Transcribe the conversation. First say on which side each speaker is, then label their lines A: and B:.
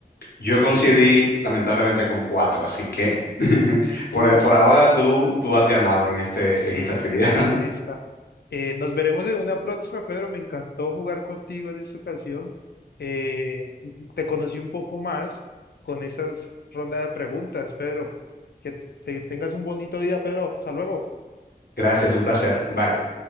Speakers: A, on the left; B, on the left.
A: yo coincidí lamentablemente con cuatro, así que <laughs>
B: Uf.
A: por, por ahora tú, tú has ganado en este,
B: Sí,
A: en esta trivia.
B: te gané
A: <laughs>
B: en esta. Eh, nos veremos en una próxima, Pedro. Me encantó jugar contigo en esta ocasión. Eh, te conocí un poco más con estas ronda de preguntas, Pedro. Que te- tengas un bonito día, Pedro. Hasta luego.
A: Gracias, un placer. Bye.